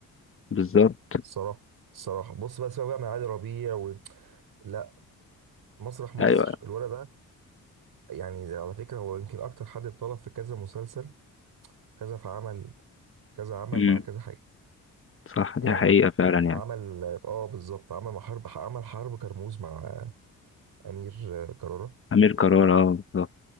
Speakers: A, on the left; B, on the right.
A: بالظبط
B: الصراحه الصراحه بص بقى سيبك بقى من علي ربيع و... لا مسرح مصر
A: ايوه
B: الولد ده يعني على فكرة هو يمكن أكتر حد اتطلب في كذا مسلسل كذا في عمل كذا عمل
A: امم
B: مع كذا حاجة
A: صح دي
B: يعني
A: حقيقة فعلا يعني
B: عمل اه بالظبط عمل مع حرب عمل حرب كرموز مع أمير آه، كرارة
A: أمير كرارة اه بالظبط